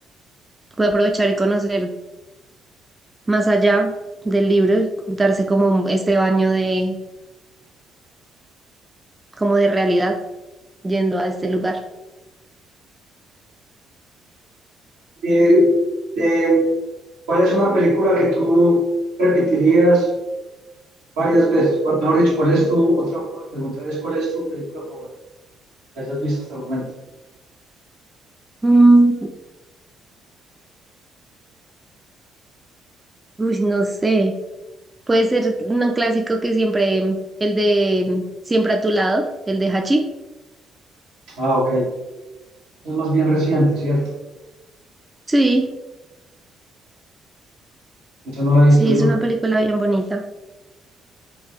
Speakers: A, on the right; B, on the right.
A: puede aprovechar y conocer más allá del libro y darse como un- este baño de, como de realidad yendo a este lugar.
B: Y, eh, ¿cuál es una película que tú repetirías varias veces? Cu- Mejor dicho, ¿cuál es tu, otra forma de preguntar es cuál es tu película favorita que hayas visto hasta el momento?
A: Mm, uy, no sé, puede ser un clásico que siempre, el de Siempre a tu lado, el de Hachi.
B: Ah, ok. Es más bien reciente, ¿cierto?
A: Sí,
B: Esa no la he visto
A: sí,
B: yo.
A: es una película bien bonita.